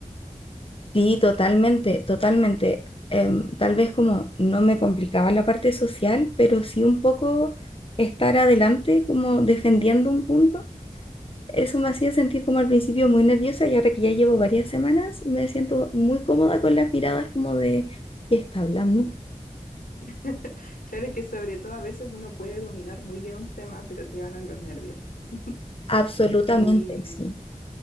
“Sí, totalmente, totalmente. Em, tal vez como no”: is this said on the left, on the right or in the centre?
Left